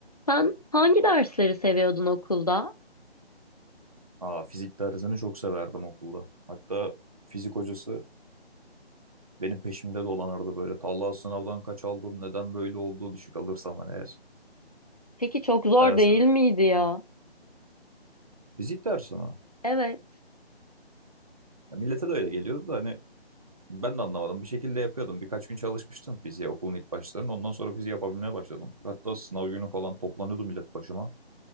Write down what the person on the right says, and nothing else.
Aa, fizik dersini çok severdim okulda. Hatta fizik hocası benim peşimde dolanırdı böyle. Talha sınavdan kaç aldın, neden böyle oldu düşük alırsam hani eğer.
Bayağı
severdim.
Fizik dersi mi?
Ya millete de öyle geliyordu da hani ben de anlamadım. Bir şekilde yapıyordum. Birkaç gün çalışmıştım fiziğe okulun ilk başlarında. Ondan sonra fiziği yapabilmeye başladım. Hatta sınav günü falan toplanıyordu millet başıma.